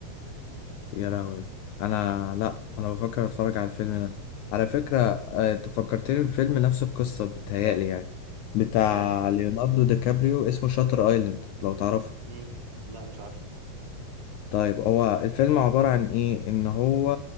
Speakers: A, on the left; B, on the right.
A: يا لهوي انا لا انا بفكر اتفرج على الفيلم ده على فكرة آه، انت فكرتني بفيلم نفس القصة بتهيألي يعني بتاع
B: ده فيلم إيه؟
A: ليوناردو دي كابريو اسمه شاتر ايلاند لو تعرفه
B: مم. لا مش عارف
A: طيب هو الفيلم عبارة عن إيه؟ إن هو